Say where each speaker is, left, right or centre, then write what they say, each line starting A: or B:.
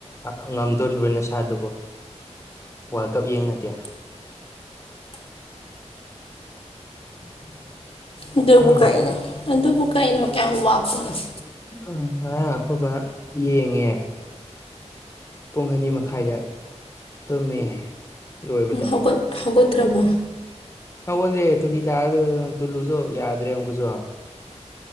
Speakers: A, on the left; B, on the left.
A: ꯑ ꯉꯝꯗꯣꯔꯤꯕꯣ ꯅꯁꯥꯗꯨꯕꯣ ꯋꯥꯔꯜ ꯀꯞ ꯌꯦꯡꯉꯗꯦ
B: ꯑꯗꯨꯕꯨ
A: ꯎꯝ
B: ꯀꯩꯅꯣ ꯑꯗꯨꯕꯨ ꯀꯩꯅꯣ ꯀꯌꯥꯃ ꯋꯥꯕ ꯄꯣꯠꯅꯣ
A: ꯎꯝ ꯉꯔꯥꯡ ꯑꯈꯣꯏ ꯕꯥ ꯌꯦꯡꯉꯦ ꯄꯨꯡ ꯑꯅꯤ ꯃꯈꯥꯏꯗ ꯇꯨꯝꯃꯦ ꯂꯣꯏꯕꯗ
B: ꯍꯧꯒꯠ ꯍꯧꯒꯇ꯭ꯔꯕꯣ
A: ꯍꯧꯒꯠꯂꯦ ꯇꯣꯇꯤ <unintelligible> ꯇꯨꯂꯨꯁꯨ ꯌꯥꯗ꯭ꯔꯦ ꯑꯃꯨꯛꯀꯁꯨ